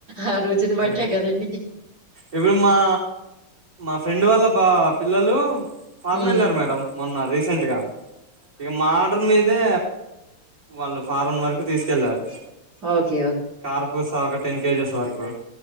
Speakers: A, on the right; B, on the right.
A: ఆ రుచిని బట్టా
B: మేడం
A: కదండి
B: ఇప్పుడు మా మా ఫ్రెండ్ వాళ్ళ బా పిల్లలు ఫారన్
A: హ్మ్
B: వెళ్ళారు మేడం మొన్న రీసెంట్ గా ఇక మా ఆడర్ మీదే వాళ్ళు ఫారన్ వరకు తీసుకెళ్ళారు
A: ఓకే
B: కార్పూస ఒక టెన్ కేజీస్ సార్కు